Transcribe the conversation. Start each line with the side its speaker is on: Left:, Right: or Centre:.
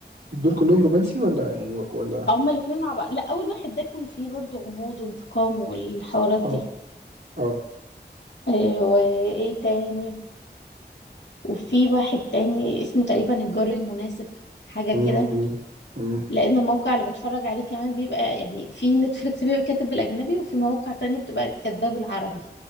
Right: دول كلهم رومانسي ولا يعني و- ولا
Left: هما الاتنين مع بعض لا اول واحد ده كان فيه برضو غموض وانتقام والحوارات دي
Right: اه اه
Left: آه، وايه تاني وفي واحد تاني اسمه تقريبا الجار المناسب حاجة
Right: امم
Left: كده
Right: امم
Left: لأن الموقع اللي بتفرج عليه كمان بيبقى يعني في نتفليكس بيبقى كاتب بالأجنبي وفي مواقع تانية بتبقى كاتباه بالعربي